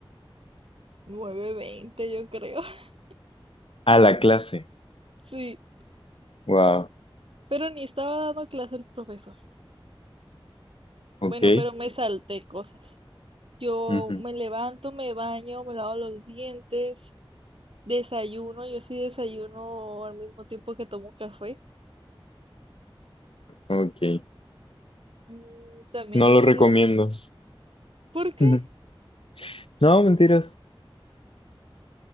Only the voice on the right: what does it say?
nueve veinte yo creo. <laughs>
Sí,
pero ni estaba dando clase el profesor.
Bueno, pero me salté cosas. Yo
me levanto, me baño, me lavo los dientes, desayuno. Yo sí desayuno al mismo tiempo que tomo café.
Mm, también
es
indi-
¿Por qué?